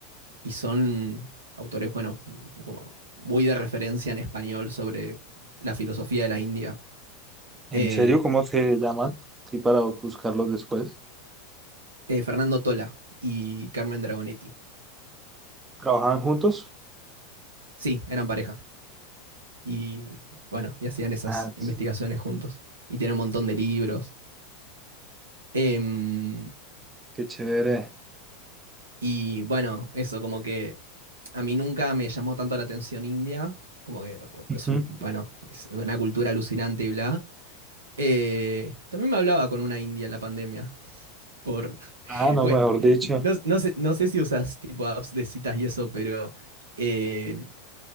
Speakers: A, on the right; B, on the right.
A: y son autores, bueno, como muy de referencia en español sobre la filosofía de la India.
B: ¿En
A: eh,
B: serio? ¿Cómo se llaman? Sí, para buscarlos después.
A: eh, Fernando Tola y Carmen Dragonetti.
B: ¿Trabajaban juntos?
A: Sí, eran pareja. Y bueno, y hacían esas
B: Ah, sí.
A: investigaciones juntos. Y tiene un montón de libros. Em,
B: Qué chévere.
A: y bueno, eso, como que a mí nunca me llamó tanto la atención India. Como que
B: Ujú.
A: es un, bueno, es una cultura alucinante y bla. Eh, también me hablaba con una india en la pandemia. Por, <laughs>
B: Ah, no,
A: pues,
B: mejor dicho.
A: no, no sé, no sé si usas tipo apps de citas y eso, pero eh,